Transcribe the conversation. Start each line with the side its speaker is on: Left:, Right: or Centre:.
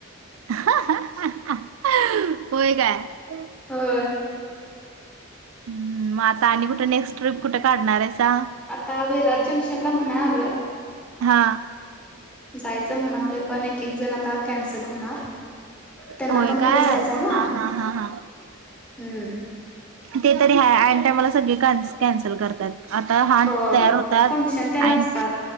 Right: अहं अहं होय काय? हम्म.
Centre: होय.
Right: हम्म. मग आता आणि कुठे नेक्स्ट ट्रिप कुठे काढणार आहेसा?
Centre: आता विराज जंक्शनला म्हणा आलोय.
Right: हा.
Centre: जायचं म्हणालोय पण एक एक जण आता कॅन्सल होणार. त्यांना
Right: होय
Centre: पण
Right: काय.
Centre: कुठे जायचंय ना
Right: हा हा हा हा.
Centre: हम्म
Right: ते तरी हाय ऐन टायमाला सगळी कॅन्सल करतात. आता हात
Centre: हो
Right: तयार होतात
Centre: फंक्शन ते
Right: आणि
Centre: असतात